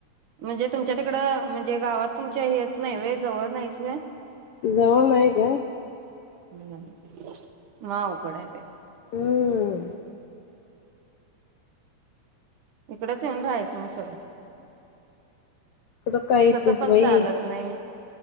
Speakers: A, on the right; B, on the left.
A: म्हणजे तुमच्या तिकडं म्हणजे गावात तुमच्या हेच नाही वय जवळ नाहीच वय
B: जवळ नाही ग
A: हम् म आवगड आहेे बाई
B: हम्म
A: इकडच येवून राहायचं म सरळ
B: तिकडं काय येतेस
A: तसं पण
B: बाई
A: चालत नाही